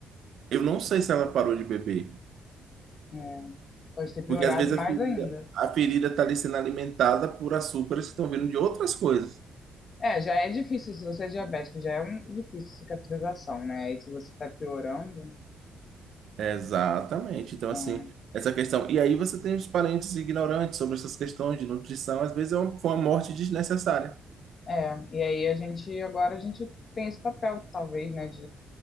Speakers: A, on the right; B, on the left.
A: eu não sei se ela parou de beber,
B: É, pode ter piorado
A: porque às vezes
B: mais
A: a ferida,
B: ainda.
A: a ferida está ali sendo alimentada por açúcares que estão vindo de outras coisas.
B: É, já é difícil, se você é diabético, já é um, difícil cicatrização, né? E se você está piorando.
A: Exatamente. Então,
B: é.
A: assim, essa questão. E aí você tem os parentes ignorantes sobre essas questões de nutrição, às vezes é uma, foi uma morte desnecessária.
B: É, e aí a gente, agora a gente tem esse papel, talvez, né, de